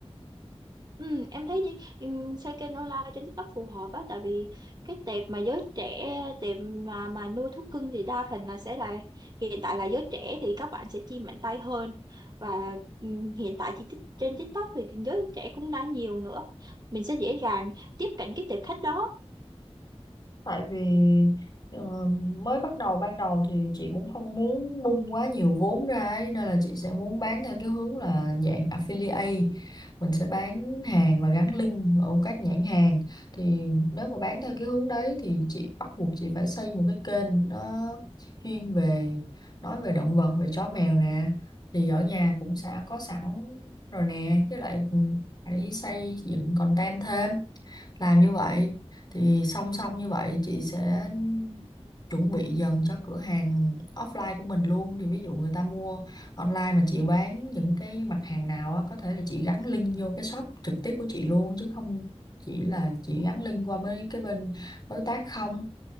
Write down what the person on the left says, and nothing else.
tại vì ờ, mới bắt đầu ban đầu thì chị cũng không muốn bung quá nhiều vốn ra ấy, nên là chị sẽ muốn bán theo cái hướng là dạng affiliate mình sẽ bán hàng và gắn link ở các nhãn hàng thì nếu mà bán theo cái hướng đấy thì chị bắt buộc chị phải xây một cái kênh nó chuyên về nói về động vật về chó mèo nè thì ở nhà cũng sẽ có sẵn rồi nè chứ lại ừ, phải xây dựng content thêm làm như vậy thì song song như vậy chị sẽ chuẩn bị dần cho cửa hàng offline của mình luôn thì ví dụ người ta mua online mà chị bán những cái mặt hàng nào á, có thể là chị gắn link vô cái shop trực tiếp của chị luôn chứ không chỉ là chị gắn link qua mấy cái bên đối tác không